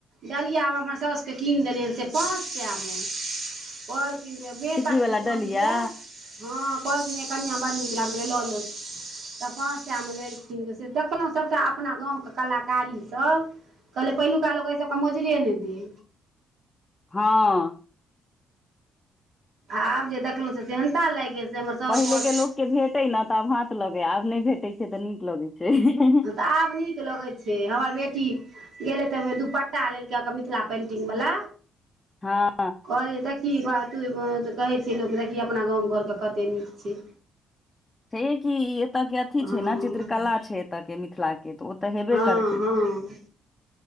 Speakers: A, on the right; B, on the left.
A: डलिआमे हमर सउसके कीन देलिय से पाँच सएमे आओर क जे बेसक
B: सिक्की वाला
A: जे बनैया
B: डलिया
A: हँ कहलखिन कनिआँ बड़ नीक लागलै लऽ ले तऽ पाँच सएहमे लेलखिन से देखलहुँ सभटा अपना गामके कलाकारीसभ कहलै पहिलुका लोक एहि सबके मौजरेए नहि देै
B: हँ
A: आब जे देखलहुं से सेेहनता लाग गेल से हमर साउस
B: पहिलेके
A: कहल
B: लोकके भेटै ने तऽ आब हाथ लगै आब नहि भेटैत छै तऽ नीक लगैत छै
A: की तऽ आब नीक लगै छै हमर बेटी गेलै तऽ ओहि दुपट्टा लेलकै मिथिला पेंटिंग वला
B: हँ
A: अरे देखही बात तू तऽ कहै छ लोक देखही अपना गाम घरके कते नीक छै
B: छै कि एतयके अथी
A: हँ
B: छै ने चित्रकला छै एतयके मिथिलाके तऽ तऽ हेबे
A: हँ
B: करतै
A: हँ